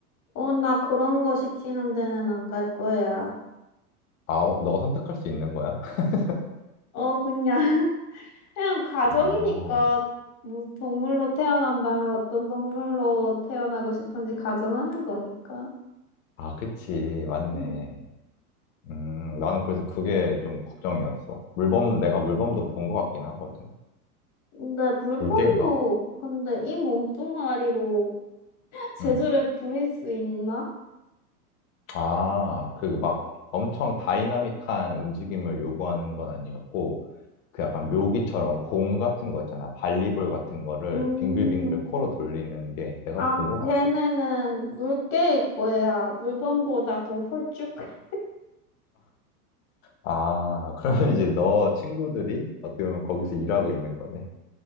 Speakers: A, on the left (about 35°); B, on the left (about 55°).
A: 어, 나 그런 거 시키는 데는 안 갈 거야.
B: 아, 너가 선택할 수 있는 거야? <laughs>
A: 어, 그냥. 그냥 가정이니까
B: 아,
A: 뭐 동물로 태어난다면 어떤 동물로 태어나고 싶은지 가정하는 거니까.
B: 아, 그치. 맞네.
A: 음.
B: 음, 나는 그래서 그게 좀 걱정이었어. 물범, 내가 물범도 본 것 같긴 하거든.
A: 근데 물범도
B: 물개인가?
A: 근데 이 몸뚱아리로 <laughs> 재주를
B: 응.
A: 부릴 수 있나?
B: 아, 그 막 엄청 다이나믹한 움직임을 요구하는 건 아니었고, 그 약간 묘기처럼 공 같은 거 있잖아. 발리볼 같은 거를
A: 음,
B: 빙글빙글 코로 돌리는 게 내가
A: 아,
B: 본 것
A: 걔네는
B: 같아.
A: 물개일 거야. 물범보다 더 홀쭉해. <laughs>
B: 아, <laughs> 그러면 이제 너 친구들이 어떻게 보면 거기서 일하고 있는 거네.